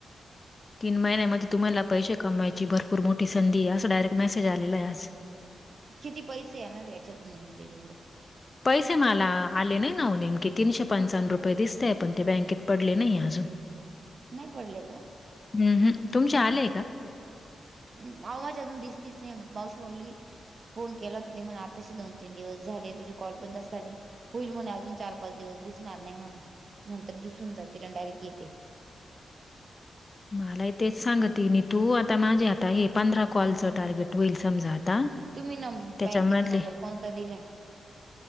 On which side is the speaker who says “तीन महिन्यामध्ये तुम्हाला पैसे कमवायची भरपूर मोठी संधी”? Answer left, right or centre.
Left